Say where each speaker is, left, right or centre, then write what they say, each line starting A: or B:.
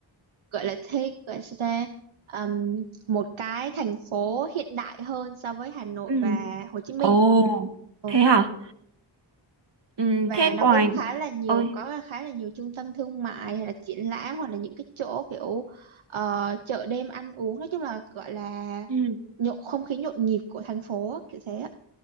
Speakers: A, on the right; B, on the right.
A: gọi là thích gọi là sao ta Ừm, một cái thành phố hiện đại hơn so với Hà Nội
B: Ừ.
A: và Hồ Chí Minh
B: ồ,
A: Ồ,
B: thế hả? Ừm,
A: và
B: thế
A: nó
B: ngoài
A: cũng khá là nhiều
B: ơi,
A: có khá là nhiều trung tâm thương mại hay là triển lãm hoặc là những cái chỗ kiểu ờ, chợ đêm ăn uống nói chung là gọi là
B: ừm,
A: nhộn không khí nhộn nhịp của thành phố á, kiểu thế á.